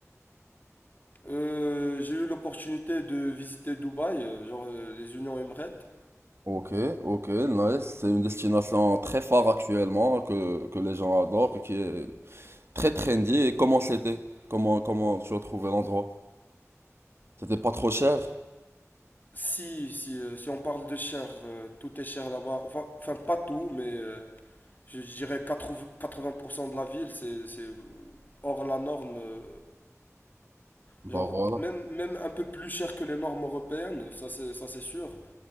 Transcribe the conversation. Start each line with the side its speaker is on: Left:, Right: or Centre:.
Left: Euh, j'ai eu l'opportunité de visiter Dubaï, euh, genre euh, les Unions Emirates.
Right: Ok, ok, nice. C'est une destination très phare actuellement que, que les gens adorent et qui est très trendy. Et comment c'était? Comment, comment tu as trouvé l'endroit? C'était pas trop cher?
Left: Si, si, euh, si on parle de cher, euh, tout est cher là-bas. Enfin, enfin, pas tout, mais euh, je, je dirais quatre-vingts quatre-vingts pour cent de la ville, c'est, c'est euh, hors la norme. euh,
Right: Bah
Left: Genre,
Right: voilà.
Left: même, même un peu plus cher que les normes européennes, ça c'est, ça c'est sûr.